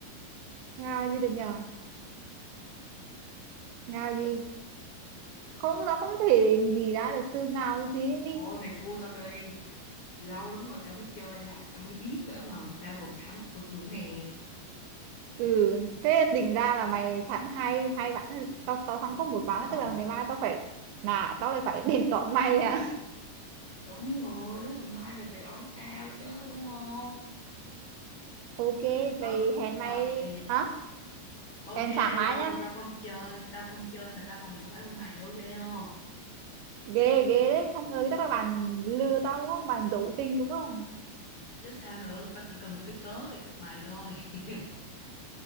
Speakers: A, on the right; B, on the left.
A: ngao gì được nhờ ngao gì không nó không thể nghĩ ra được từ nào cái gì ấy mi
B: Thôi mày thua tao đi Lâu lắm rồi tao mới chơi lại Tao mới biết á mà tao còn thắng được nữa nè
A: ừ thế định ra là mày thắng hai hai ván tao tao thắng có một
B: Đúng
A: ván
B: rồi
A: tức là ngày mai tao phải nà tao lại phải <laughs> đền đòn mày à
B: Đúng rồi Tức là mai mày phải đón tao chứ đúng không
A: <laughs> ok
B: Ờ,
A: vậy hẹn mày
B: Ok
A: hả
B: Ok
A: hẹn sáng mai
B: lâu
A: nhá
B: rồi tao không chơi Tao không chơi mà tao còn giỏi hơn mày nữa ghê không
A: ghê ghê đấy không ngờ chắc là bạn lừa tao đúng không bạn giấu tình đúng không
B: Chứ sao nữa Tao chỉ cần một cái cớ để gặp mày thôi <laughs>